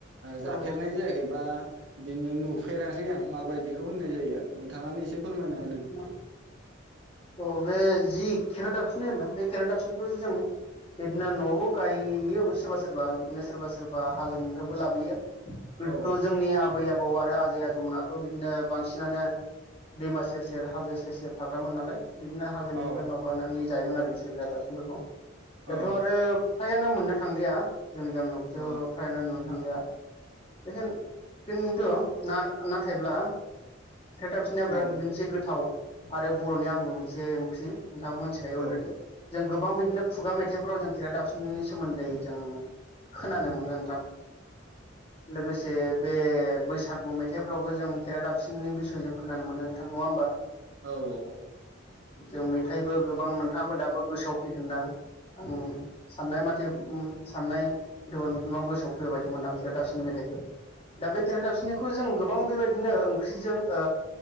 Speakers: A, on the left; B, on the right.
A: औ
B: जाफेरनाय जायाखै बा बिदिनो नुफेराखै आं माबायदिखौ होननाय जायो। नोंथाङानो एसे फोरमायनाय?
A: <inaudible> औ बे जि खेरादाफिनि होनो बे खेरादाफिनिखौ जों बिदिनो न'वाव गायो सोरबा सोरबा बिदिनो सोरबा सोरबा हाजोानिफ्रायबो लाबोयो। गोदोथ'
B: औ
A: जोंनि आबै आबौ औ आरो आजै आजौमोनथ' बिदिनो बांसिनानो दैमा सेर सेर सेर हाजो सेर सेर थाग्रामोन नालाय बिदिनो हाजोनिफ्राय
B: औ
A: माबानानै जायोमोन आरो बिसोर खेरादाफिनि फोरखौ।
B: औ
A: दाथ' आरो फ्रायानो मोननो थांलिया जोंनि गामियावबोथ'
B: औ
A: फ्रायानो नुनो थांलिया <inaudible> खिन्थु ना नाथायब्ला खेरादाफिनिया
B: औ
A: बिराद
B: औ
A: मोनसे गोथाव आरो बर'नि आंगो मोनसे ओंख्रि। नोंथाङाबो मिथिखायो
B: औ
A: अलरेडि जों गोबां बिदिनो खुगा मेथाइफोराव जों खेरादाफिनिनि सोमोन्दै जों खोनानो मोनो नोंथां। लोगोसे बे बैसागु मेथाइफ्रावबो जों खेरादिफिनिनि बिसय जों खोनानो मोनो नोंथां नङा होमबा?
B: औ औ।
A: जों मेथाइबो गोबां नोंथाङाबो दाबो गोसोआव फैदोंदां आं साननाय माथे उम साननाय दनाव गोसोआव फैबायायदि मोनदां खेरादाफिनि मेथाइखौ दा बे खेरादाफिनिखौ जों गोबां बेबायदिनो ओंख्रिजों ओ